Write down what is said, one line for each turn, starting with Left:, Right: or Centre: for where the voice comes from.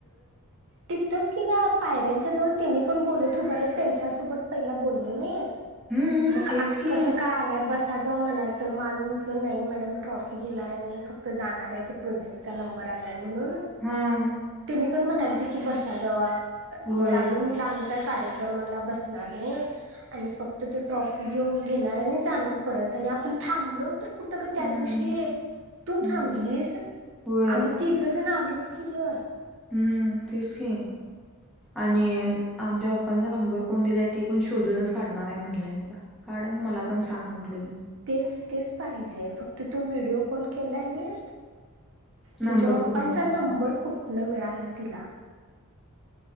Right: तिथच की ग पायऱ्यांच्या जवळ त्यांनी, पण बोलू उबारला त्यांच्यासोबत पहिला बोललो नाही.
Centre: हम्म
Right: मग
Centre: तेच
Right: आता
Centre: की
Right: कस काय आलाय बस त्याजव म्हणाल तर मान म्हटलं नाही मॅडम ट्रॉफी घेणार आहे नाही फक्त जाणार आहे ते प्रोजेक्टचा नंबर आलाय म्हणून
Centre: हं
Right: आणि पण म्हणाली ती की बसा जवप
Centre: होय
Right: मग आम्ही म्हटलं आम्ही कार्यक्रमाला बसणार नाही आणि फक्त ते ट्रॉफी घेऊ घेणार आणि जाणार परत. आपण थांबलो! तर कुठ ग त्या
Centre: हम्म
Right: दिवशी तू
Centre: हम्म
Right: थांबलीस
Centre: होय
Right: आम्ही तीघ जण आलो, आलोच की ग!
Centre: हम्म! तेच की, आणि आमच्या बाप्पांचा नंबर कोण दिलाय ते पण शोधूनच काढणार आहे म्हटलय मला. आणि मला पण सांग म्हटली,
Right: तेच तेच पाहिजे फक्त तो व्हिडिओ कॉल केलानी अ तुमच्या
Centre: नंबर
Right: पप्पांचा
Centre: कुठून मिळाला
Right: नंबर कुठनं मिळाला तिला.